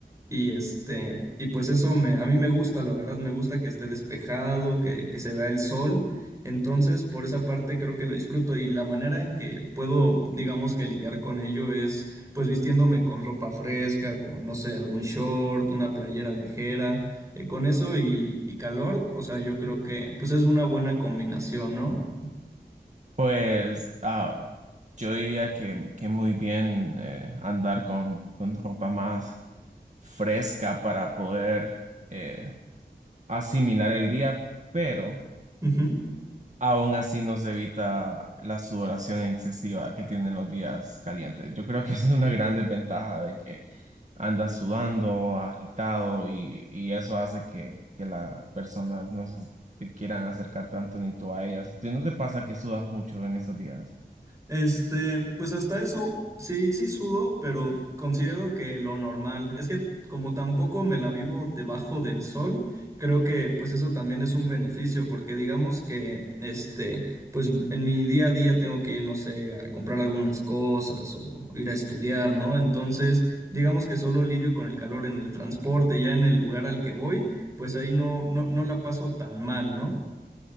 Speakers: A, on the right (about 20°); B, on the right (about 45°).
A: y este, y pues eso me, a mí me gusta, la verdad, me gusta que esté despejado, que, que se vea el sol. Entonces, por esa parte creo que lo disfruto y la manera en que puedo, digamos que lidiar con ello es pues vistiéndome con ropa fresca, con, no sé, algún short, una playera ligera, eh, con eso y, y calor, o sea, yo creo que pues es una buena combinación, ¿no?
B: Pues ah, yo diría que, que muy bien eh, andar con, con ropa más fresca para poder eh, asimilar el día, pero
A: Ujú.
B: aún así nos evita la sudoración excesiva que tienen los días calientes. Yo creo que <laughs> esa es una gran desventaja de que andas sudando, agitado y, y eso hace que, que las personas no se te quieran acercar tanto ni tú a ellas. ¿A ti no te pasa que sudas mucho en esos días?
A: Este, pues hasta eso, sí, sí sudo, pero considero que lo normal. Es que como tampoco me la vivo debajo del sol, creo que pues eso también es un beneficio, porque digamos que, este, pues en mi día a día tengo que ir, no sé, a comprar algunas cosas o ir a estudiar, ¿no? Entonces, digamos que solo lidio con el calor en el transporte, ya en el lugar al que voy, pues ahí no, no, no la paso tan mal, ¿no?